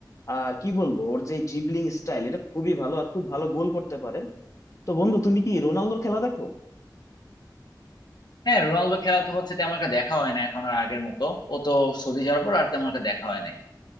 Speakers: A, on the left (about 45°); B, on the left (about 65°).
A: আর কি বলবো ওর যে জিবলিং স্টাইল এটা খুবই ভালো আর খুব ভালো গোল করতে পারে তো বন্ধু তুমি কি রোনালদোর খেলা দেখো
B: হ্যাঁ রোনালদো খেলা তো হচ্ছে তেমন একটা দেখা হয় না এখন আর আগের মতো ও তো সৌদি যাওয়ার পর আর তেমন একটা দেখা হয় নাই